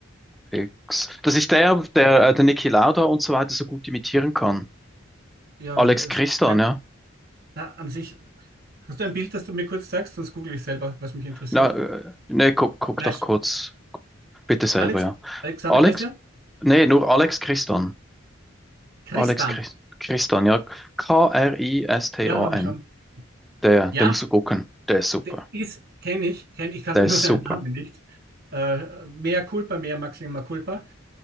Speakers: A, in the centre; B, on the right (about 50°).
A: X. Das ist der, der, äh, der Niki Lauda und so weiter so gut imitieren kann.
B: Ja,
A: Alex
B: es
A: Christian,
B: bleibt
A: ja.
B: na, an sich. Hast du ein Bild, das du mir kurz zeigst? Sonst google ich selber, was mich interessiert.
A: Na, äh, nee, guck, guck
B: Gleich.
A: doch kurz, bitte selber,
B: Alex,
A: ja.
B: Alexander
A: Alex,
B: Christian?
A: nee, nur Alex Christian.
B: Christian.
A: Alex Christ Christian, ja. K-R-I-S-T-A-N.
B: Ja, habe ich schon.
A: Der,
B: Ja,
A: der musst du gucken. Der ist super.
B: der ist, kenne ich, kenne ich, kannte
A: Der ist
B: nur seinen
A: super.
B: Namen nicht. Äh, mea culpa, mea maxima culpa.